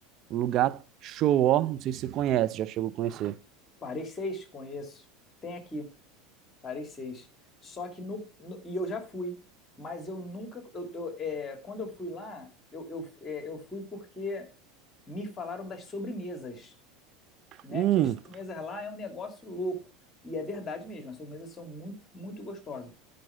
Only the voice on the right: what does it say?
Um lugar show, ó. Não sei se você conhece, já chegou a conhecer.
Hum,